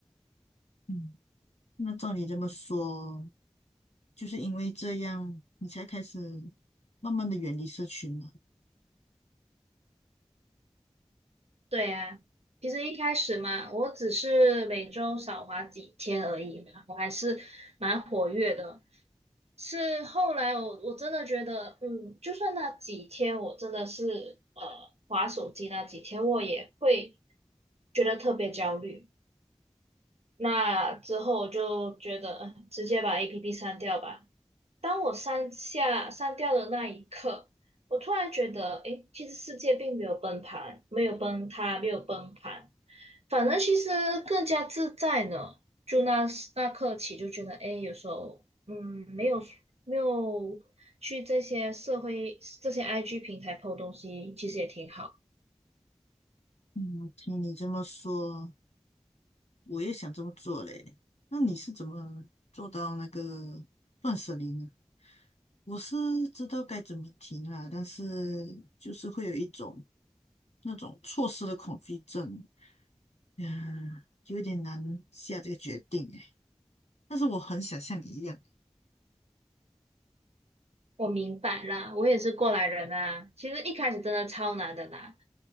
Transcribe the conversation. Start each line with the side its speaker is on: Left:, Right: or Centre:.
Left: 嗯，那照你这么说，就是因为这样，你才开始慢慢的远离社群嘛？
Right: 对啊，其实一开始嘛，我只是每周少滑几天而已嘛我还是蛮活跃的。是后来我我真的觉得，嗯，就算那几天我真的是呃划手机那几天，我也会觉得特别焦虑。那之后我就觉得，嗯，直接把 APP 删掉吧。当我删下删掉的那一刻，我突然觉得，诶，其实世界并没有崩盘，没有崩塌，没有崩盘，反正其实更加自在呢。就那时那刻起，就觉得，诶，有时候，嗯，没有没有去这些社会这些 IG 平台 po 东西，其实也挺好。
Left: 嗯，听你这么说，我也想这么做嘞。那你是怎么做到那个断舍离呢？我是知道该怎么停啦，但是就是会有一种那种错失的恐惧症，嗯，有点难下这个决定诶。但是我很想像你一样，
Right: 我明白啦，我也是过来人啊。其实一开始真的超难的啦，